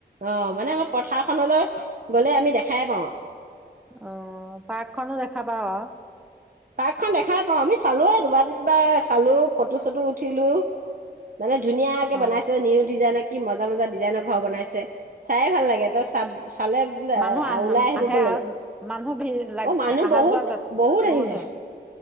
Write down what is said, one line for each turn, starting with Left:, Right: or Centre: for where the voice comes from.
Right: অ মানে আমাৰ পথাৰখনলৈ গ'লে আমি দেখাই পাওঁ।
Centre: অ পাৰ্কখনো দেখাবা অ?
Right: পাৰ্কখন দেখাই পাওঁ আমি চালোয়ে দুবাৰ তিনিবাৰ চালো ফটো চটো উঠিলো। মানে ধুনীয়াকে
Centre: অ
Right: বনাইছে নিউ ডিজাইন মজা মজা ডিজাইনৰ ঘৰ বনাইছে। চাই ভাল লাগে তই চাব চালে বোলে
Centre: মানুহ আহ
Right: ওলাই আহিব
Centre: আহে
Right: মন নাযায়।
Centre: আহ মানুহ ভিৰ লাগ
Right: অ মানুহ
Centre: অহা
Right: বহুত
Centre: যোৱা যাত
Right: বহুত আহিছে।
Centre: হয়